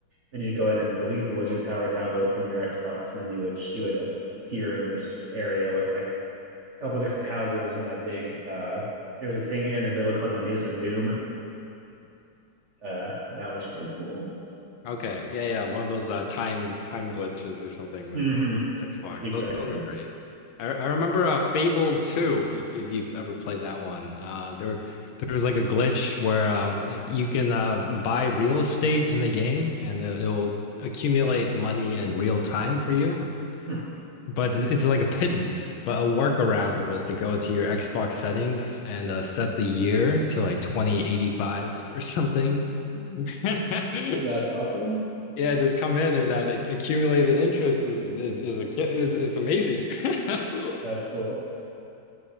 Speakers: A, on the right (about 50°); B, on the left (about 80°).
A: Then you'd go in and delete the Wizard Tower download from your Xbox, and then you would you would appear in this area with like a couple different houses and a big. Uh, there's a thing in the middle called the Mace of Doom. Uh, that was really cool.
B: Okay. Yeah, yeah. One of those uh, time time glitches or something
A: hmm
B: with the Xbox.
A: Exactly.
B: Those, those are great. I, I remember uh, Fable 2, if, you- if you've ever played that one. Uh, there there was like a glitch where um, if you can uh, buy real estate in the game and it- it'll accumulate money in real time for you.
A: Hmm.
B: But it's like a pittance. But a workaround was to go to your Xbox settings and uh, set the year to like 2085 or something. <laughs>
A: That's awesome.
B: yeah, just come in and that ac- accumulated interest is is is a, is it's amazing. <laughs>
A: That's cool.